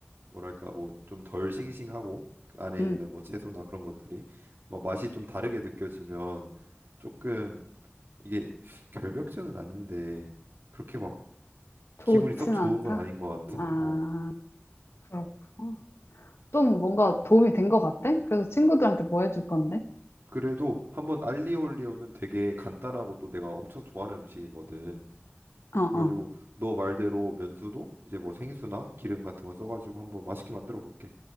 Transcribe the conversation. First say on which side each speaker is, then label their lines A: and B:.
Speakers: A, on the right; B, on the left.
A: 뭐랄까 뭐 좀 덜 싱싱하고 그 안에
B: 음,
A: 있는 뭐 채소나 그런 것들이 뭐 맛이 좀 다르게 느껴지면 조금 이게 결벽증은 아닌데 그렇게 막
B: 좋진
A: 기분이 썩 좋은
B: 않다.
A: 건 아닌 것 같아.
B: 아,
A: 어.
B: 그렇구나. 좀 뭔가 도움이 된 것 같아? 그래서 친구들한테 뭐 해줄 건데?
A: 그래도 한번 알리올리오는 되게 간단하고 또 내가 엄청 좋아하는 음식이거든.
B: 어, 어.
A: 그래가지고 너 말대로 면수도 이제 뭐 생수나 기름 같은 거 써가지고 한번 맛있게 만들어 볼게.